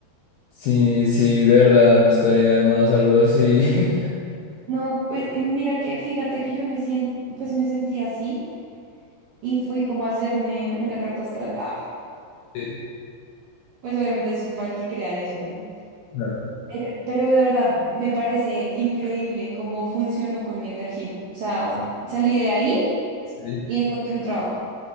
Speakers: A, on the left; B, on the right.
A: sí, sí, de verdad no estaría de más algo así. <laughs>
B: No, pues y mira que, fíjate que yo me siento, pues me sentí así y fui como a hacerme una carta astral. Ah,
A: Sí,
B: pues obviamente eso es para el que crea en eso, ¿no?
A: claro,
B: Pero, pero de verdad, me parece increíble cómo funcionó con mi energía. O sea, salí de ahí
A: sí.
B: y encontré un trabajo.